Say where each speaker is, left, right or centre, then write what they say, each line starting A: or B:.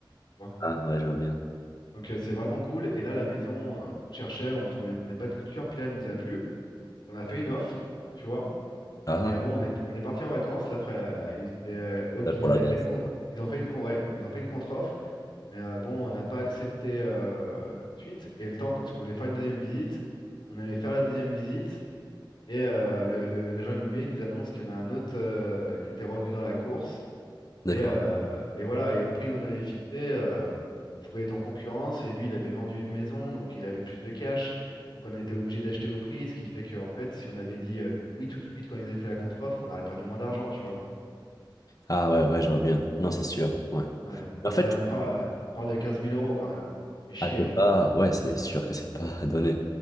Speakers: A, on the left (about 65°); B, on the left (about 45°).
A: Tu vois.
B: Ah, ouais, je vois bien.
A: Donc, euh, c'est vraiment cool. Et là, la maison, euh, on cherchait, on trouvait, on n'avait pas de coup de cœur. Puis là, elle nous a plu. Donc, on a fait une offre, tu vois.
B: Ah,
A: Et ah bon,
B: ah,
A: on est, on est parti en vacances, là, frère. euh, Ils, étaient, euh, ok,
B: ouais, pour
A: ils
B: la
A: avaient
B: glace.
A: fait une con- ils ont fait une con- ouais, ils ont fait une contre-offre, mais euh, bon, on n'a pas accepté euh, tout de suite. Et le temps, qu'on- parce qu'on voulait faire une deuxième visite, on allait faire la deuxième visite, et euh, le, le- l'agent immobilier il nous annonce qu'il y en a un autre euh, qui était revenu dans la course.
B: D'accord.
A: Et, euh, et voilà, et au prix qu'on avait fixé, euh, on pouvait être en concurrence. Et lui, il avait vendu une maison, donc il avait plus de cash. Donc on a été obligé d'acheter au prix, ce qui fait qu'en fait, si on avait dit euh, oui tout de suite quand ils avaient fait la contre-offre, on aurait perdu moins d'argent, tu vois.
B: Ah, ouais, ouais, je vois bien. Non, c'est sûr, ouais.
A: Ouais.
B: En fait,
A: Bah, on, par- ouais, on parle de quinze mille euros quand même. hein. Ça fait chier.
B: Ah, c'est
A: hein.
B: pas, ouais, c'est sûr que c'est pas <laughs> donné.